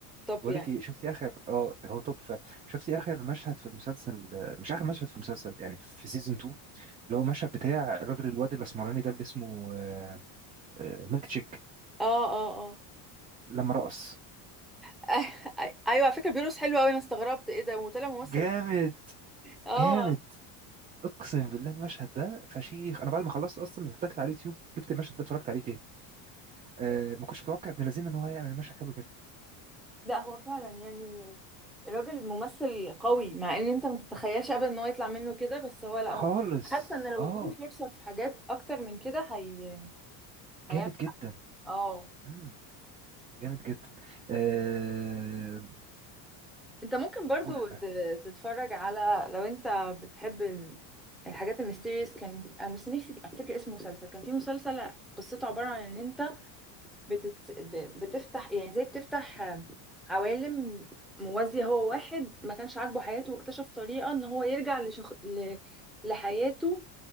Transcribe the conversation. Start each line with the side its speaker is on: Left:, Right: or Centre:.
Centre: طب
Right: بقول
Centre: يعني
Right: لك ايه شفتي اخر اه هو توب فعلا شفتي اخر مشهد في المسلسل آه، مش اخر مشهد في المسلسل يعني في سيزون 2 اللي هو المشهد بتاع الراجل الواد الاسمراني ده اللي اسمه آه، آه، ميلك تشيك
Centre: اه اه اه
Right: لما رقص
Centre: <laughs> ايوه على فكرة بيروس حلو قوي انا استغربت ايه ده وطلع ممثل
Right: جامد
Centre: اه
Right: جامد اقسم بالله المشهد ده فشيخ انا بعد ما خلصت اصلا رحت داخل على اليوتيوب جبت المشهد ده اتفرجت عليه تاني أه ما كنتش متوقع ابن لذين ان هو هيعمل مشهد حلو كده
Centre: لا هو فعلا يعني الراجل ممثل قوي مع ان انت ما تتخيلش ابدا ان هو يطلع منه كده بس هو لا
Right: خالص
Centre: هو- حاسه ان لو
Right: اه
Centre: اديله فرصه في حاجات اكتر من كده هي هيعمل
Right: جامد جدا
Centre: اه
Right: امم جامد جدا أه
Centre: انت ممكن برضو
Right: قول-
Centre: ت- تتفرج على لو انت بتحب ال- الحاجات الميستيريس كان انا بس نفسي افتكر اسم مسلسل كان في مسلسل قصته عبارة عن ان انت بتت... ب- بتفتح يعني زي بتفتح آه، عوالم موازية هو واحد ما كانش عاجبه حياته واكتشف طريقة ان هو يرجع لشخ... ل... لحياته